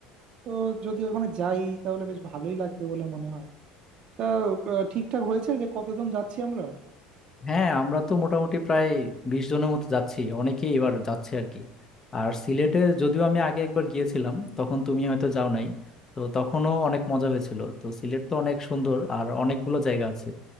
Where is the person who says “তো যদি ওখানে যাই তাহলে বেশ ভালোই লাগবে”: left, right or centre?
Right